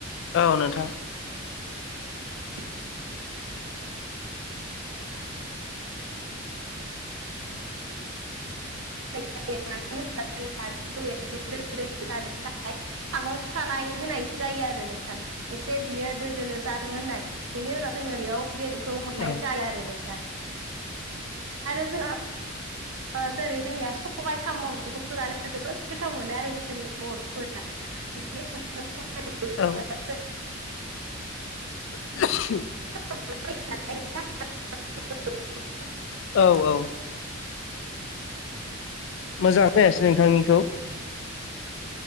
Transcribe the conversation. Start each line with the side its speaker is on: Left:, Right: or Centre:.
Left: औ नोंथां
Right: <unintelligible> <unintelligible> जों नारजिखौ एसे दोलो‌ दोलो थाखाय सागं सानाय होनाय जायो आरो नोंथां। एसे बियो दोद दोलो जाथों होननाय बेनि उनाव जोङो बेयाव बेदरखौ हरनाय
Left: औ
Right: जाया आरो नोंथां। आरो जोंङो ओ जेरै जोंनिया सबाय साम' बेखौबो जानो जोबोद गोथाव मोनो आरो जोंनि बर'फोरा। सबायखौ
Left: औ।
Right: <unintelligible>
Left: <inaudible>
Right: <unintelligible>
Left: औ औ। मोजाङा फैयासै नोंथांनिखौ।